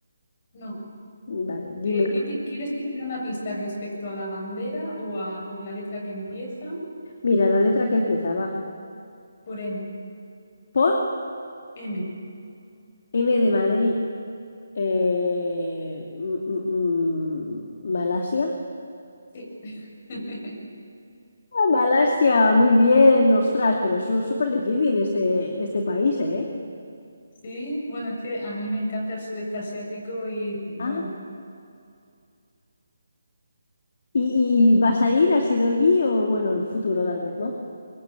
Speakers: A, on the left; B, on the left.
A: No.
B: Vale, dime.
A: Eh, ¿qué te- ¿quieres que te dé una pista respecto a la bandera o a por la letra que empieza?
B: Mira, la letra que empieza va.
A: Por M.
B: Por
A: M,
B: M de Madrid. eh, m- m- m- Malasia.
A: sí. <laughs>
B: Ah, Malasia, muy bien, ostras, pero es su- súper difícil este, este país, ¿eh?
A: Sí, bueno, es que a mí me encanta el sudeste asiático y bueno,
B: Ah, ¿y, y vas a ir? ¿Has ido allí? O bueno, en el futuro tal vez, ¿no?